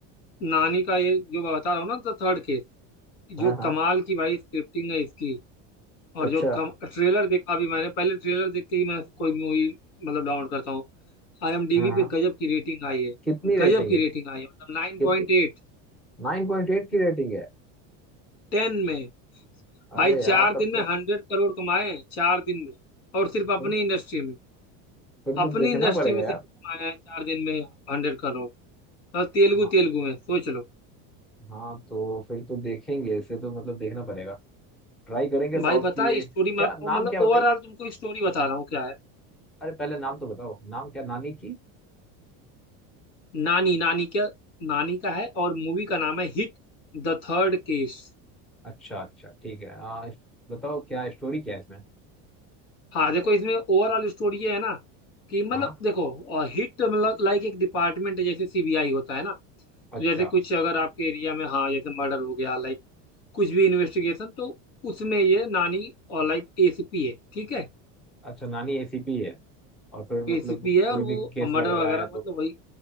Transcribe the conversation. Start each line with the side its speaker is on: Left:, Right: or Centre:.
Left: नानी का ये जो मैं बता रहा हूँ ना द थर्ड केस जो
Centre: हाँ हाँ
Left: कमाल की भाई स्क्रिप्टिंग है इसकी और
Centre: अच्छा
Left: जो कम ट्रेलर देखा अभी मैंने पहले ट्रेलर देख के ही मैं कोई मूवी मतलब डाउनलोड करता हूँ आईएमडीबी
Centre: हाँ हाँ
Left: पे गजब की रेटिंग आई है
Centre: कितनी रेटिंग
Left: गजब की
Centre: है
Left: रेटिंग आई है मतलब नाइन पॉइंट
Centre: कितनी
Left: एट
Centre: नाइन पॉइंट एट की रेटिंग है
Left: टेन में भाई
Centre: अरे यार
Left: चार
Centre: तब
Left: दिन में
Centre: तो
Left: हंड्रेड करोड़ कमाए हैं चार दिन में और सिर्फ अपनी
Centre: फिर
Left: इंडस्ट्री में
Centre: फिर
Left: अपनी
Centre: तो देखना
Left: इंडस्ट्री
Centre: पड़ेगा
Left: में सिर्फ
Centre: यार
Left: कमाए हैं चार दिन में हंड्रेड करोड़ और तेलुगु
Centre: हाँ
Left: तेलुगु में सोच लो
Centre: हाँ तो फिर तो देखेंगे इसे तो मतलब देखना पड़ेगा ट्राई करेंगे साउथ
Left: भाई पता
Centre: की
Left: है
Centre: ये
Left: स्टोरी
Centre: क्या
Left: में मतलब
Centre: नाम क्या बताई
Left: ओवरऑल तुमको स्टोरी बता रहा हूँ क्या है
Centre: अरे पहले नाम तो बताओ नाम क्या नानी की
Left: नानी नानी क्या नानी का है और मूवी का नाम है हिट द थर्ड केस
Centre: अच्छा अच्छा ठीक है आ, इस- बताओ क्या स्टोरी क्या है इसमें
Left: हाँ देखो इसमें ओवरऑल स्टोरी ये है ना कि मतलब
Centre: हाँ
Left: देखो और हिट मतलब लाइक एक डिपार्टमेंट है जैसे सीबीआई होता है ना तो
Centre: अच्छा
Left: जैसे कुछ अगर आपके एरिया में हाँ जैसे मर्डर हो गया लाइक कुछ भी इन्वेस्टिगेशन तो उसमें ये नानी और लाइक एसीपी है ठीक है
Centre: अच्छा नानी एसीपी है और फिर
Left: एसीपी
Centre: मतलब
Left: है
Centre: कोई
Left: और वो
Centre: भी केस
Left: मर्डर
Centre: वगैरह
Left: वगैरह
Centre: आया तो
Left: मतलब वही